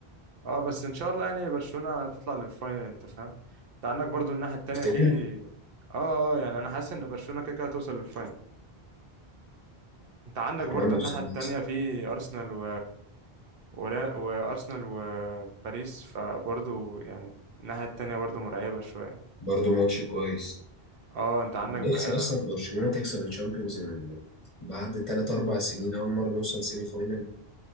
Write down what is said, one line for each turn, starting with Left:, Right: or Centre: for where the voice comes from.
Right: اه بس ان شاء الله يعني برشلونة تطلع للفاينل انت فاهم انت عندك برضو الناحية التانية
Left: تفتكر
Right: في اه اه يعني انا حاسس ان برشلونة كده كده هتوصل للفاينل انت عندك
Left: اتمنى
Right: برضو الناحية
Left: بصراحة
Right: التانية في ارسنال و... ورا... وارسنال وباريس فبرضو يعني الناحية التانية برضو مرعبة شوية
Left: برضه ماتش كويس
Right: اه انت عندك
Left: نفسي
Right: بقى
Left: اصلا برشلونة تكسب الشامبيونز لأن بعد 3 4 سنين اول مرة نوصل سيمي فاينل